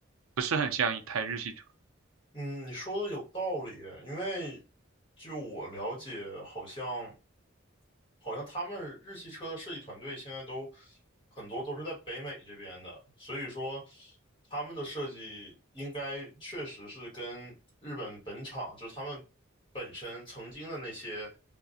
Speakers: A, on the right; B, on the left.
A: 不是很像一台日系车。
B: 嗯，你说的有道理，因为就我了解，好像好像他们日系车的设计团队现在都很多都是在北美这边的，所以说他们的设计应该确实是跟日本本厂，就是他们本身曾经的那些，